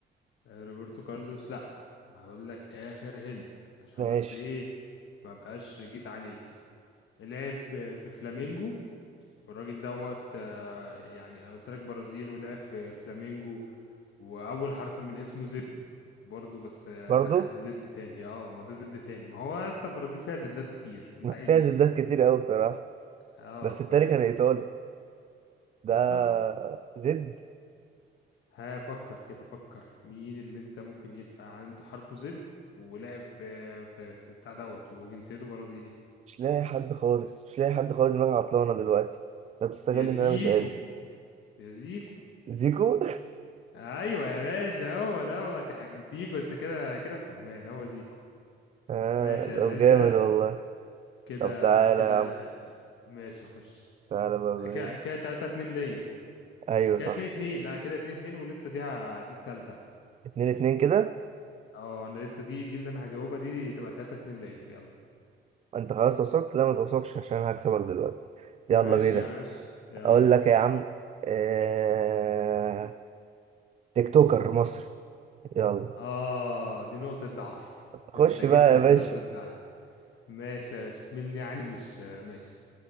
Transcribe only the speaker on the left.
آه، روبرتو كارلوس لا هقول لك اخر هنت عشان
بس ايه ما بقاش جيت عليك لعب في فلامينجو والراجل دوت آه، يعني انا قلت لك برازيل ولعب في فلامينجو واول حرف من اسمه زد برضو بس آه،
ده حد زد تاني اه ما ده زد تاني ما هو يا اسطى البرازيل فيها زدات كتير انت عايز
ايه
اه
فاهم
بالظبط
هفكر كده فكر مين اللي انت ممكن يبقى عنده حرفه زد ولعب في في في بتاع دوت وجنسيته برازيلي
يا زيكو
يا زيكو
ايوه يا باشا هو دوت يا حاج زيكو انت كده كده فهمان هو زيكو
ماشي
يا باشا
كده
كده
ماشي خش
كده كده تلاتة اتنين ليا
كده
اتنين اتنين لا كده اتنين اتنين ولسه دي ه- دي التالتة
اه انا لسه دي دي اللي انا هجاوبها دي, دي تبقى تلاتة اتنين ليا يلا
ماشي
يا باشا يلا
بينا
آه دي نقطة ضعف
أنت جيت
لي
في نقطة ضعف ماشي يا شك- مني يعني مش ماشي